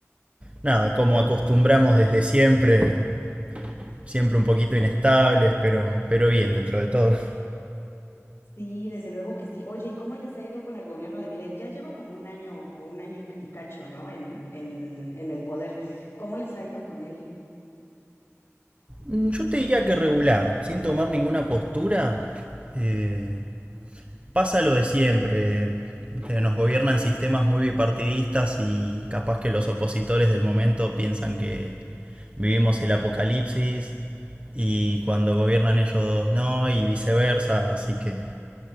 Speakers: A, on the right (about 25°); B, on the left (about 60°).
A: nada, como acostumbramos desde siempre, siempre un poquito inestables, pero, pero bien dentro de todo.
B: Sí, desde luego que sí. Oye, ¿y cómo les ha ido con el gobierno de Milei? Ya lleva como un año o un año y, y cacho, ¿no? En, en, en el poder. ¿Cómo les ha ido con él?
A: Mm, Yo te diría que regular, sin tomar ninguna postura, eh, pasa lo de siempre. eh, Nos gobiernan sistemas muy bipartidistas y capaz que los opositores del momento piensan que vivimos el apocalipsis y cuando gobiernan ellos no y viceversa, así que